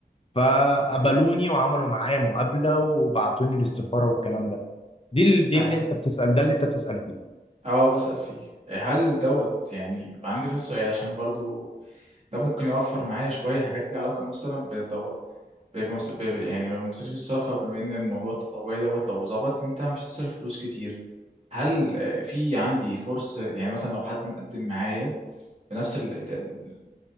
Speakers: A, on the left; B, on the right.
A: فقبلوني وعملوا معايا مقابلة وبعتوني للسفارة والكلام ده دي ال- دي
B: طيب
A: اللي انت بتسأل ده اللي انت بتسأل فيه
B: اه بسأل فيه هل دوت يعني عندي كذا سؤال عشان برضو ده ممكن يوفر معايا شوية حاجات ليها علاقة مثلا بالتو... بمص... ب... ب- يعني بمصاريف السفر بما إن الموضوع التطوعي دوت لو ظبط أنت مش هتصرف فلوس كتير هل آه، في عندي فرصة يعني مثلا لو حد مقدم معايا بنفس ال- ال-